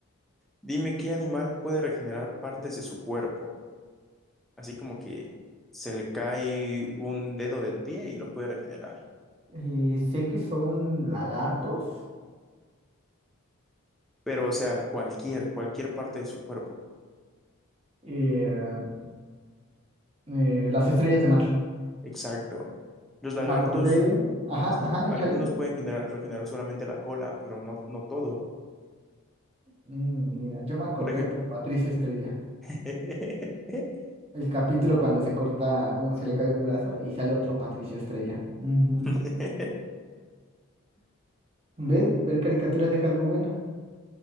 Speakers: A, in the centre; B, on the right.
A: Dime qué animal puede regenerar partes de su cuerpo. Así como que se le cae un dedo del pie y lo puede regenerar.
B: Eh, sé que son lagartos.
A: Pero, o sea, cualquier, cualquier parte de su cuerpo.
B: eh, eh, las estrellas de mar.
A: Exacto. Los lagartos,
B: Me acordé. Ajá,
A: sí,
B: ajá,
A: algunos
B: échale.
A: pueden generar, regenerar solamente la cola, pero no, no todo.
B: Mm, mira, yo me acordé
A: Por ejemplo.
B: por Patricio Estrella.
A: <laughs>
B: El capítulo cuando se corta, un, se le cae un brazo y sale otro Patricio Estrella. Ujú.
A: <laughs>
B: ¿Ves? Ver caricaturas deja algo bueno.